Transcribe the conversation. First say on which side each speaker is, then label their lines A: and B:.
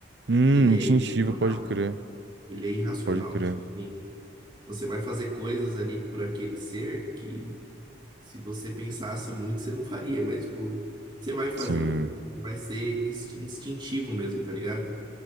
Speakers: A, on the right; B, on the right.
A: Hum,
B: Ele
A: instintivo,
B: é irracional.
A: pode crer.
B: Ele é irracional.
A: Pode crer.
B: Tipo assim, você vai fazer coisas ali por aquele ser que se você pensasse muito, você não faria, mas tipo, você vai fazer.
A: Sim,
B: Você Vai ser insti- instintivo mesmo, tá ligado?